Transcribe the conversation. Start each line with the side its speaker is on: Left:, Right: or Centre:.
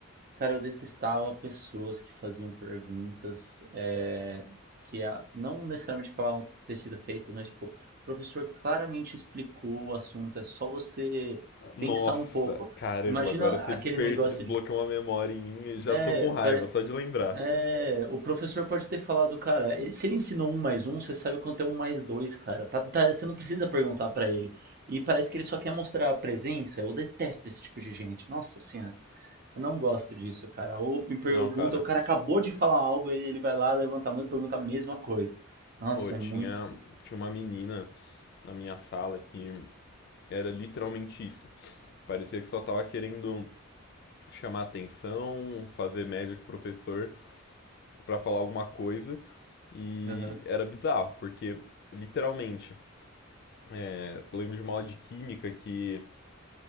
Right: Cara, eu detestava pessoas que faziam perguntas eh, que a- não necessariamente acabavam de ter sido feitas, mas tipo, o professor claramente explicou o assunto, é só você
Left: Nossa,
Right: pensar um pouco.
Left: caramba,
Right: Imagina
Left: agora você
Right: aquele
Left: desperta,
Right: negócio
Left: desbloqueou
Right: de.
Left: uma memória em mim e já
Right: É,
Left: tô com raiva,
Right: pare-
Left: só de lembrar.
Right: é, o professor pode ter falado, cara, ele- se ele ensinou um mais um, você sabe quanto é um mais dois, cara. Tá- tá- você não precisa perguntar pra ele. E parece que ele só quer mostrar a presença. Eu detesto esse tipo de gente. Nossa senhora. Eu não gosto disso, cara. Ou me pergunta,
Left: Não, cara.
Right: o cara acabou de falar algo e ele vai lá, levanta a mão e pergunta a mesma coisa. Nossa,
Left: Oh, tinha,
Right: é muito.
Left: tinha uma menina na minha sala que era literalmente isso. Parecia que só tava querendo chamar atenção, fazer média com o professor. para falar alguma coisa e
Right: Aham,
Left: era bizarro, porque literalmente, é, lembro de uma aula de química que